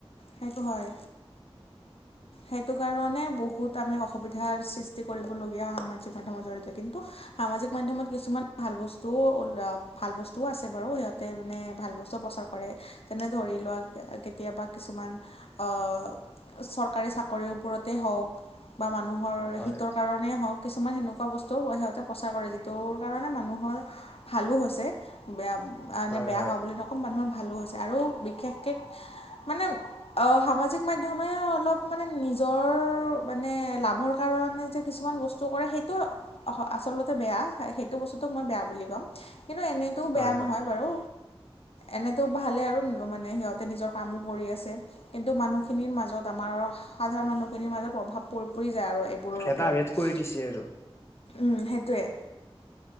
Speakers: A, on the left (about 80°); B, on the left (about 25°).
A: সেইটো হয়। সেইটো কাৰণে বহুত আমি অসুবিধাৰ সৃষ্টি কৰিবলগীয়া হয় সামাজিক মাধ্যমৰ জৰিয়তে কিন্তু সামাজিক মাধ্যমত কিছুমান ভাল বস্তুও উল ভাল বস্তুও আছে বাৰু সিহঁতে মানে ভাল বস্তু প্ৰচাৰ কৰে যেনে ধৰি লোৱা কে কেতিয়াবা কিছুমান অ, চৰ কাৰী চাকৰিৰ ওপৰতেই হওক বা মানুহৰ
B: হয়
A: শীতৰ কাৰণ মানে হওক কিছুমান সেনেকুৱা বস্তুও সিহঁতে প্ৰচাৰ কৰে যিটো কাৰণে মানুহৰ ভালো হৈছে বয়া মানে
B: হয়
A: বেয়া
B: হয়
A: হোৱা বুলি নক মানুহৰ ভালো হৈছে আৰু বিশেষকে মানে সামাজিক মাধ্যমে অলপ মানে নিজৰ মানে লাভৰ কাৰণে যে কিছুমান বস্তু কৰে সেইটো অস আচলতে বেয়া সেইটো বস্তুটোক মই বেয়া বুলি ক'ম। কিন্তু এনেইতটো বেয়া
B: হয়
A: নহয়
B: হয়
A: বাৰু। এনেতো ভালে আৰু মানে সিহঁতে নিজৰ কামো কৰি আছে কিন্তু মানুহখিনিৰ মাজত আমাৰ সাধাৰণ মানুহখিনিৰ মাজত প্ৰভাৱ পৰি পৰি যায় আৰু এইবোৰৰ
B: ভেদা
A: ওপৰত।
B: ভেদ কৰি দিছে আৰু
A: উম সেইটোৱে।